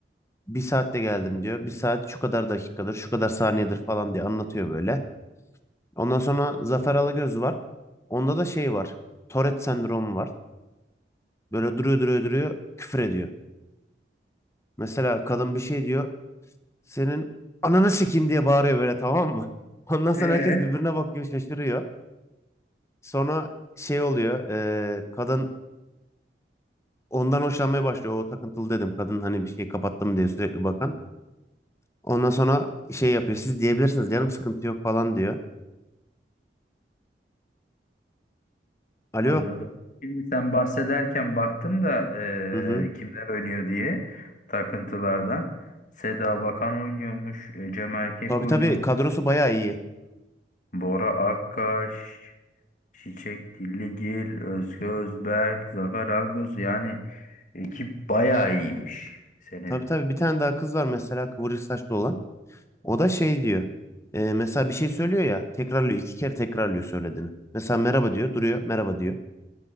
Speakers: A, on the left (about 15°); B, on the left (about 45°).
A: bir saatte geldim diyor. Bir saat şu kadar dakikadır şu kadar saniyedir falan diye anlatıyor böyle. Ondan sonra Zafer Alagöz var. Onda da şey var. Tourette sendromu var. Böyle duruyor duruyor duruyor küfür ediyor. Mesela kadın bir şey diyor. Senin ananı sikeyim diye bağırıyor böyle tamam mı? <laughs> Ondan sonra
B: Ee,
A: herkes birbirine bakıyor şaşırıyor. Sonra şey oluyor. eee, kadın ondan hoşlanmaya başlıyor. O takıntılı dedim. Kadın hani bir şey kapattım diye sürekli bakan. Ondan sonra şey yapıyor. Siz diyebilirsiniz canım sıkıntı yok falan diyor. Alo.
B: Anladım. Şimdi sen bahsederken baktım da
A: Hı hı.
B: e, kimler oynuyor diye takıntılardan. Seda Bakan oynuyormuş, e, Cem Erkek
A: Tabii
B: oynuyormuş,
A: tabii kadrosu bayağı iyi.
B: Bora Akkaş. Çiçek Dilligil, Özge Özberk, Zafer Algöz yani ekip bayağı iyiymiş. Senin
A: Tabii tabii bir tane daha kız var mesela kıvırcık saçlı olan. O da şey diyor. e, mesela bir şey söylüyor ya tekrarlıyor iki kere tekrarlıyor söylediğini. Mesela merhaba diyor duruyor merhaba diyor.